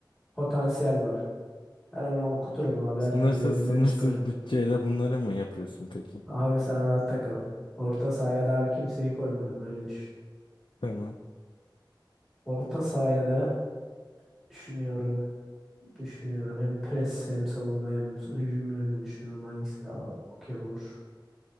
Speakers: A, in the centre; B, on the left.
A: Potansiyel var. Ben onu okuturum abi
B: Sınırsız
A: her türlü elinden
B: sınırsız
A: çıkarım.
B: bütçeyle bunları mı yapıyorsun peki?
A: Abi sen rahatta kal. Orta sahaya da abi kimseyi koymadım öyle düşün.
B: Tamam.
A: Orta sahaya da düşünüyorum. Düşünüyorum hem pres hem savunma hem hücum yönünü düşünüyorum hangisi daha okey olur.